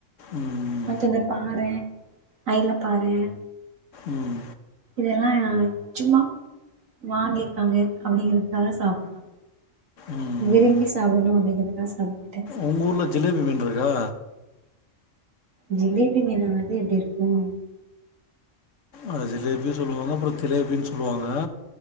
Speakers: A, on the left (about 70°); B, on the right (about 85°).
A: ம் ம்
B: அடுத்து இந்த பாறை அயல பாரே
A: ம்
B: இதெல்லா சும்மா வாங்கியிருக்காங்க அப்படிங்கறிறதுக்காக சாப்டலா
A: ம்
B: விரும்பி
A: ம்
B: சாப்பிடணும் அப்பகிறதுக்கா சாப்ட மாட்ட
A: உங்க ஊர்ல ஜிலேபி மீன் இருக்கா
B: ஜிலேபி மீனா அது எப்டி இருக்கும்
A: அத ஜிலேபி சொல்லுவாங்க அப்புற திலேபி சொல்லுவாங்க